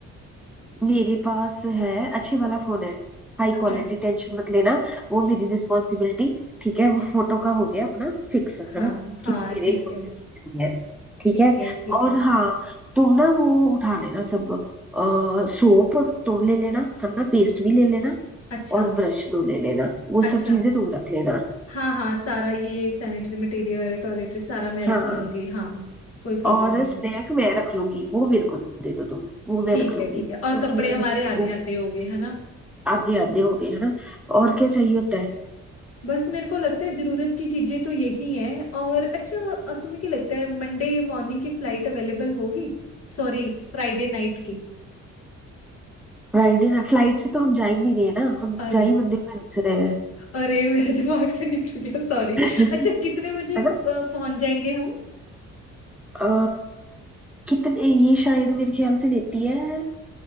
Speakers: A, in the centre; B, on the left.
A: मेरे पास है अच्छे वाला फोन है हाई
B: अच्छा
A: क्वालिटी
B: ठीक-
A: टेंशन मत लेना वो मेरी रिस्पॉन्सिबिलिटी ठीक है वो फोटो का हो गया अपना फिक्स है
B: हाँ
A: ना
B: हाँ
A: कि वो मेरे
B: ठीक
A: फोन
B: है
A: से खींचनी है ठीक
B: ठीक
A: है
B: है ठीक
A: और
B: है
A: हाँ तुम ना वो उठा लेना सब आ, सोप तुम ले लेना है ना पेस्ट भी ले लेना
B: अच्छा
A: और ब्रश दो ले लेना वो
B: अच्छा
A: सब चीजें तुम रख लेना
B: हाँ हाँ सारा ये सैनिटरी मटेरियल टॉयलेटरी सारा मैं
A: हाँ
B: रख लूंगी हाँ कोई प्रॉब्लम
A: और
B: नहीं है
A: स्नैक मैं रख लूंगी वो मेरे को दे दो तुम वो
B: ठीक
A: मैं रख
B: है
A: लूंगी
B: ठीक है और
A: क्योंकि
B: कपड़े हमारे आधे
A: वो
B: आधे हो गए है ना
A: आधे आधे हो गए है ना और क्या चाहिए होता है
B: बस मेरे को लगता है जरूरत की चीजें तो यही है और अच्छा अ, तुम्हें क्या लगता है मंडे मॉर्निंग की फ्लाइट अवेलेबल होगी सॉरी फ्राइडे नाइट की
A: राइड ना फ्लाइट से तो हम जा ही नहीं रहे ना हम
B: अरे
A: तो जा ही वंदे भारत से रहे हैं
B: अरे मेरे दिमाग से निकल गया सॉरी
A: <laughs>
B: अच्छा कितने बजे
A: है
B: अ,
A: ना
B: पहुंच जाएंगे हम
A: अ, कितने ये शायद मेरे ख्याल से लेती है